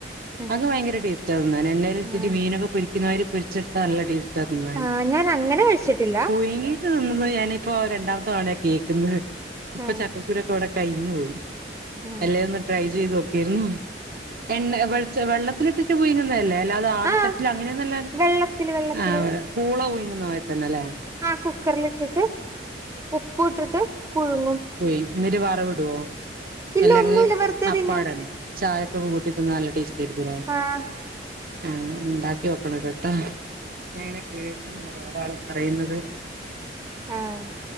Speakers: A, on the right (about 15°); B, on the right (about 55°).
A: ആ
B: അത് ഭയങ്കര ടേസ്റ്റ് അങ്ങനെന്നെ ഒരുത്തിരി
A: ആ
B: മീനൊക്കെ പൊരിക്കുന്ന മാതിരി പൊരിച്ച്ട്ത്താ നല്ല ടേസ് റ്റാ തിന്നാന്.
A: ആ ഞാൻ അങ്ങനെ കഴിച്ചിട്ടില്ല
B: പുഴുങ്ങിട്ട് ത്തുന്നുന്നെ ഞാനിപ്പോ രണ്ടാമത്തെ തവണയ കേൾക്കുന്നത്. ഇപ്പൊ
A: ആ
B: ചക്കക്കുരൊക്കെ ഇവിടെ കഴിഞ്ഞു പോയി.
A: ആ
B: എല്ലെ ഒന്ന് ട്രൈ ചെയ്ത് നോക്കേരുന്നു. എണ്ണ വെൾച് വെള്ളത്തിലിട്ടിട്ട് പുഴുങ്ങുന്ന അല്ലെ അല്ലാതെ ആവിത്തട്ടിൽ
A: ആ
B: അങ്ങനെന്നല്ലാലൊ.
A: വെള്ളത്തില് വെള്ളത്തില്
B: ആഹ് പൂള പുഴുങ്ങുന്നപോലെ തന്നെ അല്ലേ?
A: ആഹ് കുക്കറിൽ ഇട്ടിട്ട് ഉപ്പ് ഇട്ടിട്ട് പുഴുങ്ങും.
B: പുഴ്ങ്. എന്നിട്ട് വറവിടോ?
A: ഇല്ല
B: അല്ലെങ്കിൽ
A: ഒന്നുമില്ല വെറുതെ
B: അപ്പാടെ
A: തിന്നും
B: ചായയ്ക്ക് കൂട്ടി തിന്നാൻ നല്ല ടേസ്റ്റ് ആയിരിക്കുല്ലേ
A: ആഹ്
B: ആഹ് ഉണ്ടാക്കി നോക്കണം ഒരവട്ടം. ഞാൻ ഇങ്ങനെ കേട്ട് വേറെ ആള് പറയുന്നത്.
A: ആഹ്